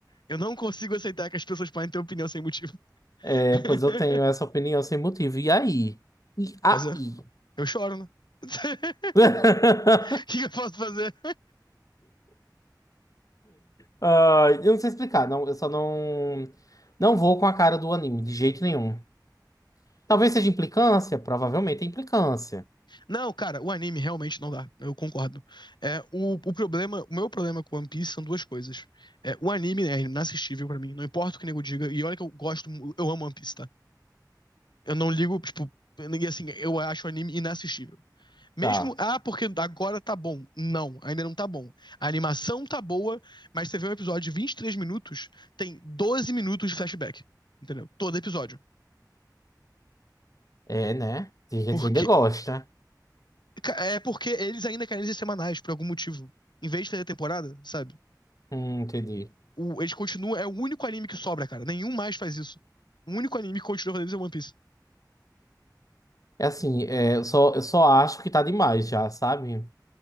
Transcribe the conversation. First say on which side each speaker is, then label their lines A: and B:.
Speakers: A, on the left; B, on the left.
A: Eu não consigo aceitar que as pessoas podem ter opinião sem motivo.
B: é,
A: <laughs>
B: pois eu tenho essa opinião sem motivo. E aí? E aí?
A: Fazer. Eu choro, né? <laughs>
B: <laughs>
A: O que que eu posso fazer?
B: Ah, eu não sei explicar, não, eu só não não vou com a cara do anime, de jeito nenhum. Talvez seja implicância, provavelmente é implicância.
A: Não, cara, o anime realmente não dá. Eu concordo. É, o, o problema, o meu problema com One Piece são duas coisas. É, o anime é inassistível pra mim, não importa o que o nego diga. E olha que eu gosto, mu- eu amo One Piece, tá? Eu não ligo, tipo, e assim, eu acho o anime inassistível. Mesmo,
B: Tá,
A: ah, porque agora tá bom. Não, ainda não tá bom. A animação tá boa, mas você vê um episódio de 23 minutos, tem 12 minutos de flashback. Entendeu? Todo episódio.
B: é, né? Tem gente
A: Porque,
B: que ainda gosta.
A: é porque eles ainda querem ser semanais, por algum motivo. Em vez de fazer temporada, sabe?
B: Hum, entendi.
A: O- eles continuam, é o único anime que sobra, cara. Nenhum mais faz isso. O único anime que continua fazendo isso é One Piece.
B: É assim, é, eu só, eu só acho que tá demais já, sabe?